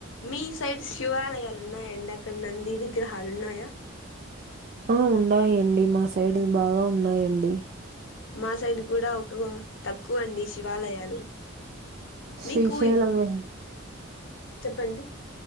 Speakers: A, on the left; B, on the right.
A: మీ సైడ్ శివాలయలు ఉన్నాయండీ అక్కడ విగ్రహాలు ఉన్నాయా.
B: ఆ ఉన్నాయంండి మా సైడ్ బాగా ఉన్నాయండి
A: మా సైడ్ కూడా ఒక తక్కువ అండి శివాలయాలు
B: శ్రీశైలం
A: మీకు
B: మెహే
A: చెప్పండి